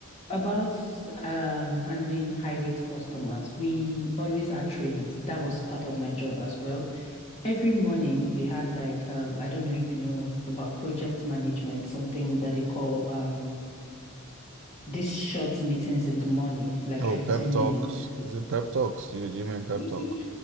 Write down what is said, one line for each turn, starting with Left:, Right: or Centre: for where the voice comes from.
Left: about um handling high rate customers, we always had trainings. That was part of my job as well. Every morning we had like um I don't know if you know about project management, something that they call um these short meetings in the morning, like
Right: Oh,
Left: 15
Right: pep talks.
Left: minutes.
Right: Is it pep talks? Do you, do you mean pep
Left: Y-
Right: talk?
Left: y-